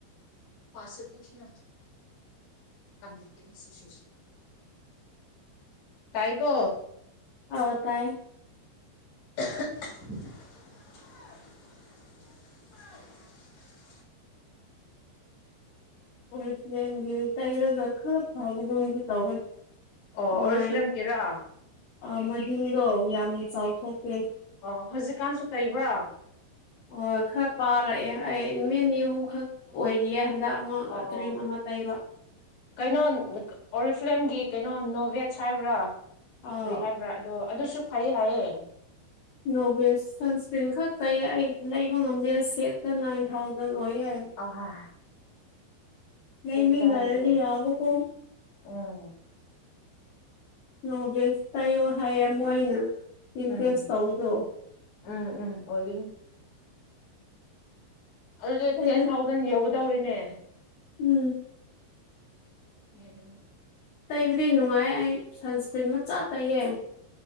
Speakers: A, on the left; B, on the left.
A: ꯄꯥꯁꯨ <unintelligible> ꯇꯥꯏꯀꯣ
B: ꯑ ꯇꯥꯏ
A: <unintelligible>
B: ꯎꯔꯤ ꯐꯂꯦꯝꯒꯤ ꯇꯩꯔꯒ ꯈꯔ ꯐꯕꯒꯨꯝꯗꯤ ꯇꯧꯋꯦ
A: ꯑꯣ
B: ꯃꯥꯏ
A: ꯑꯣꯔꯤ ꯐꯂꯦꯝꯒꯤꯔꯥ
B: ꯑꯥ ꯃꯥꯍꯤꯡꯗꯣ ꯌꯥꯝ ꯆꯥꯎꯊꯣꯛꯈ꯭ꯔꯦ
A: ꯑꯣ ꯍꯧꯖꯤꯛꯀꯥꯟꯁꯨ ꯇꯩꯕ꯭ꯔꯥ
B: ꯑꯣ ꯈꯔ ꯄꯥꯔꯛꯑꯦ ꯑꯩ ꯅꯨꯃꯤꯠ ꯅꯤ ꯑꯍꯨꯝꯈꯛ ꯑꯣꯏꯔꯤꯌꯦ ꯍꯟꯗꯛ ꯃ
A: ꯑꯣ
B: ꯀꯔꯤꯝ ꯑꯃꯥ ꯇꯩꯕ
A: ꯀꯩꯅꯣ ꯑꯣꯔꯤꯐꯦꯝꯒꯤ ꯀꯩꯅꯣ ꯅꯣꯕꯦꯠꯁ ꯍꯥꯏꯕ꯭ꯔꯥ
B: ꯑꯥ
A: ꯀꯔꯤ ꯍꯥꯏꯕ꯭ꯔꯥ ꯑꯗꯣ ꯑꯗꯨꯁꯨ ꯐꯩꯌꯦ ꯍꯥꯏꯌꯦ
B: ꯅꯣꯚꯦꯁ ꯁꯟꯁꯀ꯭ꯔꯤꯟ ꯈꯛ ꯇꯩꯌꯦ ꯑꯩ ꯂꯩꯕ ꯉꯝꯗꯦ ꯁꯦꯠꯇ ꯅꯥꯏꯟ ꯊꯥꯎꯖꯟ ꯑꯣꯏꯌꯦ
A: ꯑꯣꯍ
B: ꯂꯩꯃꯤꯟꯅꯔꯘꯤ
A: ꯀꯗꯥꯏꯗꯒꯤ
B: ꯌꯥꯕ ꯀꯣ
A: ꯎꯝ
B: ꯅꯣ ꯚꯦꯖ ꯇꯥꯏꯌꯣ ꯍꯥꯏꯌꯦ ꯃꯣꯏꯅ ꯏꯝꯇꯦꯖ
A: ꯎꯝ
B: ꯇꯧꯗ꯭ꯔꯣ
A: ꯎꯝ ꯎꯝ ꯑꯣꯏꯕꯅꯤ ꯑꯗꯨꯗꯤ
B: ꯇꯩꯕ
A: ꯇꯦꯟ ꯊꯥꯎꯖꯟ ꯌꯧꯒꯗꯧꯔꯤꯅꯦ
B: ꯎꯝ
A: ꯎꯝ
B: ꯇꯩꯕꯗꯤ ꯅꯨꯡꯉꯥꯏ ꯑꯩ ꯁꯟꯁꯀ꯭ꯔꯤꯟ ꯃꯆꯥ ꯇꯩꯌꯦ